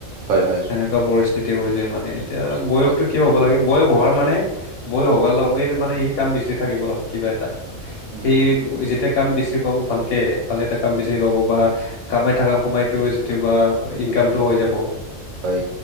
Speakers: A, on the right; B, on the left.
A: হয় হয়।
B: এনেকুৱা পৰিস্থিতি হৈ যায় মানে এতিয়া বয়সতটো
A: হয়
B: কিয় হ'ব লাগে, বয়স হোৱাৰ মানে বয়স হোৱাৰ লগে মানে ই কাম বিচাৰি থাকিব লগ কিবা এটা।
A: উম
B: সেই
A: উম
B: যেতিয়া কাম বিচি পাব ভালকে ভালে এটা কাম
A: উম
B: বিচাৰি পাব বা কামাই থকা সোমাইতো যেতিয়াবা ইনকামটো হৈ যাব।
A: হয়।